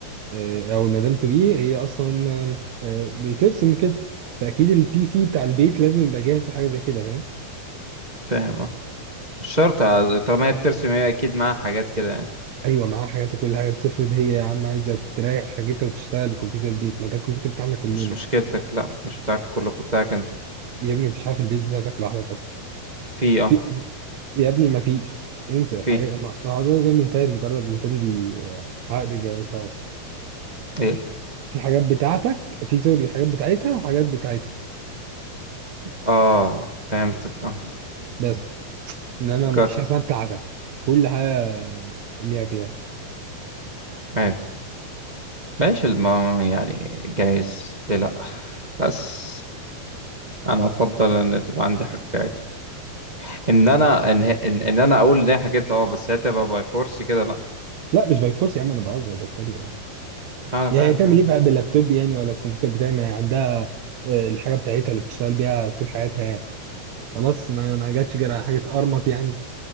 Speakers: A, on the right; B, on the right.
A: آه، او المدام تو بي هي اصلا آم، آه، بترسم كده فاكيد البي سي بتاع البيت لازم يبقى جاهز لحاجه زي كده فاهم
B: فاهم اه مش شرط آه، طالما هي بترسم هي اكيد معاها حاجات كده يعني
A: ايوه معاها حاجات وكل حاجه بس افرض هي يا عم عايزه تريح حاجتها وتشتغل بكمبيوتر البيت ما ده الكمبيوتر بتاعنا كلنا
B: مش مشكلتك لا مش بتاعك كلكم بتاعك انت
A: يا ابني مفيش حاجه في البيت بتاعتك لوحدك
B: في اه
A: في... في- يا ابني ما فيش انسى
B: في
A: الحاجات ما- الموضوع ده منتهي مجرد ما تمضي آه، عقد جواز خلاص
B: ايه
A: في حاجات بتاعتك في سوري حاجات بتاعتها وحاجات بتاعتكم
B: اه فهمتك اه
A: بس انما ما
B: got
A: فيش حاجه
B: it
A: اسمها بتاعتك كل حاجه ليها فيها
B: ايوه ماشي الم- يعني جايز ليه لا بس انا افضل ان تبقى عندي حاجتي عادي ان انا ان ان, إن انا اقول ان هي حاجات اه بس هي تبقى باي فورس كده لا
A: لا مش باي فورس يا عم انا بهزر بتريق يعني
B: انا
A: يعني
B: فاهم
A: هي تعمل
B: فاهم
A: ايه بقى باللابتوب يعني ولا الكمبيوتر بتاعي ما هي عندها آه، الحاجه بتاعتها اللي بتشتغل بيها طول حياتها يعني خلاص ما ما جاتش غير على حاجه ارمط يعني